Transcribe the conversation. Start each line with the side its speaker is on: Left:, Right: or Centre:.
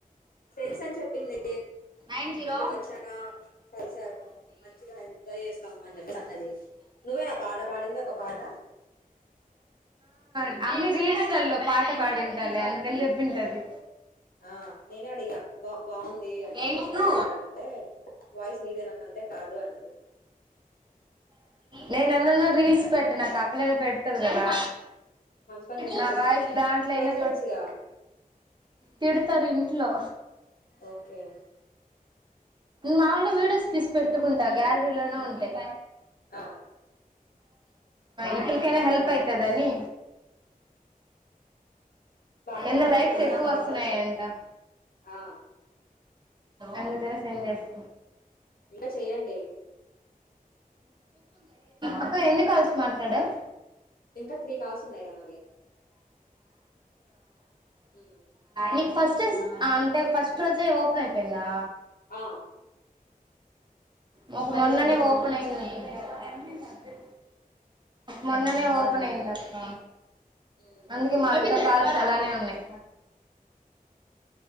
Left: ఫ్రెండ్స్ అని చెప్పింది
Right: ఉమ్
Left: ఇక్కడికి వచ్చాక కలిసాము మంచిగా ఎంజాయ్ చేస్తాము అని చెప్పేసి అన్నది నువ్వేనా పాట పాడింది ఒక పాట
Right: ఆ ఆమె రీల్స్లల్లో క పాట పాడింటాది అందుకని జెప్పింటది
Left: ఆ నేనె అడ్గా బా బాగుంది అని చెప్పేసి
Right: ఎయిట్ టూ
Left: బాగ పాడావ్ అంటే వాయిస్ నీదేనా ఉంటే కాదు అన్నది
Right: నేన్ ఎల్ల నో రీల్స్ పెట్టనక్కా ఆ పిల్లయిన పెడతది కదా
Left: మంచి పన్ చేసావు
Right: నా
Left: రా
Right: వాయిస్ దాంట్లోయినా
Left: ట్రై చేయొచ్చుగా
Right: తిడుతార్ ఇంట్లో
Left: ఓకే
Right: మాములుగా వీడోస్ తీసుక్ పెట్టుకుంటా గ్యా ఇంటి లోనే ఉంటయి
Left: ఆ
Right: ఇట్లకైనా హెల్ప్ అయితదని
Left: బాగనే
Right: ఎందో
Left: పాడుతున్నావు
Right: లైక్స్ ఎక్కువ
Left: రా
Right: వస్తున్నాయంట
Left: పెట్టొచ్చు ఆ
Right: అందుకనే సెండ్ చేస్
Left: ఇంక చేయండి
Right: అక్క ఎన్ని కాల్స్ మాట్లాడావ్
Left: ఇంకా త్రీ కాల్స్ ఉన్నాయిరా నావి ఉమ్,
Right: నీక్ ఫస్ట్ అంటే ఫస్ట్ రోజే ఓపెన్ అయిపోయిందా
Left: ఆ
Right: మాకు
Left: మా
Right: మొన్ననే
Left: చెల్లెలకి వచ్చింది
Right: అప్పులేమి
Left: చూడు
Right: లేదు మొన్ననే ఓపెన్ అయ్యింది అక్క
Left: మ్మ్
Right: అందుకె మావింక కాల్స్ అలానే ఉన్నాయ్